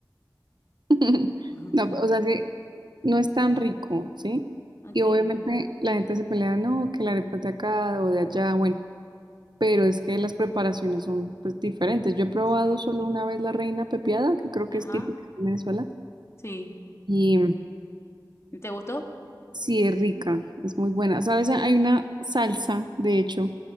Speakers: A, on the right; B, on the left.
A: <laughs>
B: <laughs>
A: No, pues, o sea que no es tan rico, ¿sí?
B: Ok.
A: Y obviamente la gente se pelea, no, que la arepa es de acá o de allá, bueno, pero es que las preparaciones son pues diferentes. Yo he probado
B: Sí.
A: solo una vez la reina pepiada, que creo
B: Ajá.
A: que es típica de Venezuela,
B: Sí.
A: y mm,
B: ¿Te gustó?
A: sí es rica, es muy buena. ¿Sabes? Hay una salsa, de hecho,